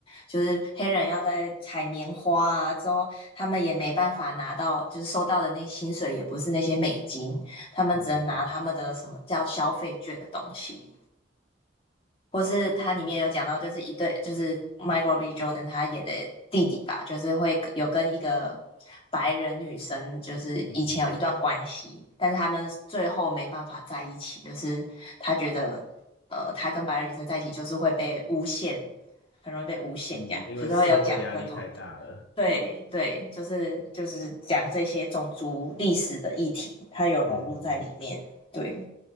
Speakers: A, on the left (about 30°); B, on the left (about 85°).
A: 就是黑人要在采棉花啊之后，他们也没办法拿到，就是收到的那些薪水也不是那些美金，他们只能拿他们的什么叫消费券的东西。
B: 嗯
A: 或是它里面有讲到，就是一对，就是 Michael B. Jordan 他演的弟弟吧，就是会跟有跟一个白人女生，就是以前有一段关系，
B: 嗯嗯
A: 但是他们最后没办法在一起，就是他觉得，呃，他跟白人女生在一起就是会被诬陷，很容易被诬陷，
B: 嗯，
A: 这样就是会有讲很多，
B: 因为社会压力太大了。
A: 对对，就是就是讲这些种族历史的议题，它有融入在里面，
B: 嗯嗯
A: 对。